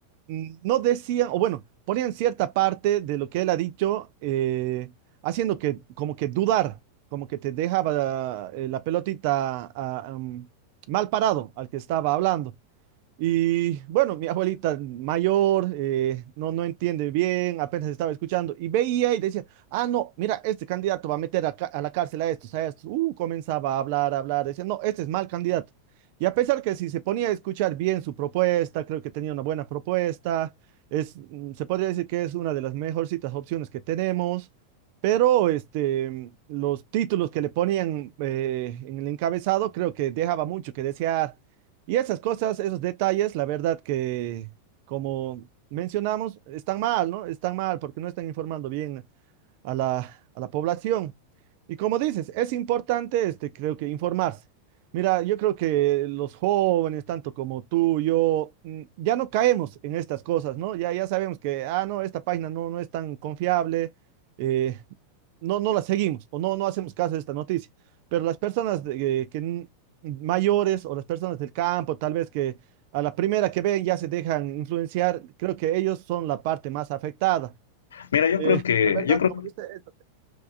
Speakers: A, on the right; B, on the left.
A: mm, no decían, o bueno, ponían cierta parte de lo que él ha dicho, eh, haciendo que como que dudar, como que te dejaba eh, la pelotita ah, am, mal parado al que estaba hablando. Y bueno, mi abuelita mayor eh, no, no entiende bien, apenas estaba escuchando y veía y decía, ah, no, mira, este candidato va a meter a, ca- a la cárcel a estos, a estos. Uh, comenzaba a hablar, a hablar, decía, no, este es mal candidato. Y a pesar que si se ponía a escuchar bien su propuesta, creo que tenía una buena propuesta, es, mm, se podría decir que es una de las mejorcitas opciones que tenemos, pero este, los títulos que le ponían eh, en el encabezado creo que dejaba mucho que desear y esas cosas, esos detalles, la verdad que, como mencionamos, están mal, ¿no? Están mal porque no están informando bien a la, a la población. Y como dices, es importante, este, creo que informarse. Mira, yo creo que los jóvenes, tanto como tú, yo, mm, ya no caemos en estas cosas, ¿no? Ya, ya sabemos que, ah, no, esta página no, no es tan confiable. eh, no, no la seguimos o no, no hacemos caso de esta noticia. Pero las personas de- eh, que n- mayores o las personas del campo, tal vez que a la primera que ven ya se dejan influenciar, creo que ellos son la parte más afectada.
B: Mira, yo
A: Eh,
B: creo que,
A: la verdad,
B: yo creo,
A: como dice, esto,